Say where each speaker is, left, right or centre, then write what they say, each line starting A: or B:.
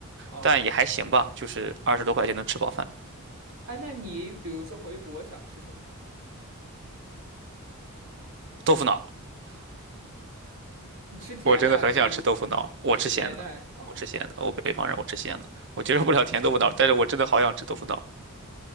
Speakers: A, on the right; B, on the right.
A: 哦、
B: 但也还行吧，就是二十多块钱能吃饱饭，
A: 哎，那你比如说回国想吃什么呢？
B: 豆腐脑。
A: 你吃甜的还是吃？
B: 我真的很想吃豆腐脑，我吃咸的，
A: 你吃甜的还？哦，
B: 我吃咸的，我北方人，我吃咸的，我接受不了甜豆腐脑，但是我真的好想吃豆腐脑。